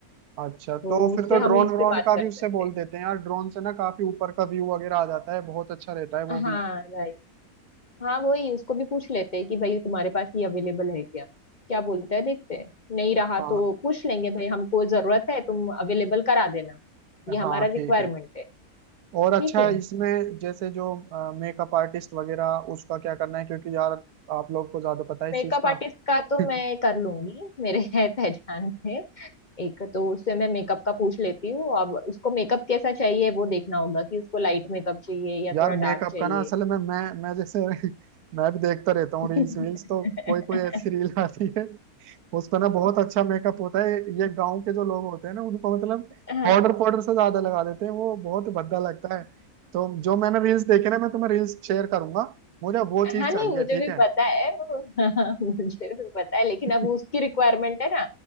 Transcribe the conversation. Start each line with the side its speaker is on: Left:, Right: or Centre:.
Right: अच्छा
Left: तो
Right: तो
Left: उससे
Right: फिर तो
Left: हम
Right: ड्रोन
Left: इस
Right: व्रोन
Left: पे बात
Right: का
Left: कर
Right: भी
Left: सकते
Right: उससे बोल
Left: हैं
Right: देते हैं यार ड्रोन से ना काफी ऊपर का व्यू वगैरह आ जाता है बहुत अच्छा रहता है
Left: हाँ
Right: वो भी
Left: राइट हाँ वही उसको भी पूछ लेते हैं कि भाई तुम्हारे पास ये अवेलेबल है क्या क्या बोलता है देखते हैं नहीं रहा
Right: हाँ
Left: तो पूछ लेंगे भाई हमको जरूरत है तुम अवेलेबल करा देना ये हमारा
Right: हाँ
Left: रिक्वायरमेंट
Right: ठीक है
Left: है ठीक
Right: और अच्छा
Left: है
Right: है इसमें जैसे जो मेकअप आर्टिस्ट वगैरह उसका क्या करना है क्योंकि यार आप लोग को ज्यादा पता है इस
Left: मेकअप
Right: चीज
Left: आर्टिस्ट
Right: का
Left: का तो
Right: <laughs>
Left: मैं कर लूंगी मेरे <laughs> है पहचान में एक तो उससे मैं मेकअप का पूछ लेती हूँ अब उसको मेकअप कैसा चाहिए वो देखना होगा कि उसको लाइट मेकअप चाहिए या थोड़ा
Right: यार मेकअप
Left: डार्क चाहिए
Right: का ना असल में मैं मैं जैसे <laughs> मैं भी देखता रहता हूँ
Left: <laughs>
Right: रील्स वील्स तो कोई कोई ऐसी रील <laughs> आती है उस पर ना बहुत अच्छा मेकअप होता है ये गांव के जो लोग होते हैं ना उनको मतलब
Left: हाँ
Right: पाउडर पाउडर से ज्यादा लगा देते हैं वो बहुत भद्दा लगता है तो जो मैंने रील्स देखे ना मैं तुम्हें रील्स शेयर करूंगा मुझे वो चीज
Left: हाँ नहीं
Right: चाहिए
Left: मुझे
Right: ठीक
Left: भी
Right: है
Left: पता है वो <laughs> हाँ, मुझे भी पता है लेकिन
Right: <laughs>
Left: अब उसकी रिक्वायरमेंट है ना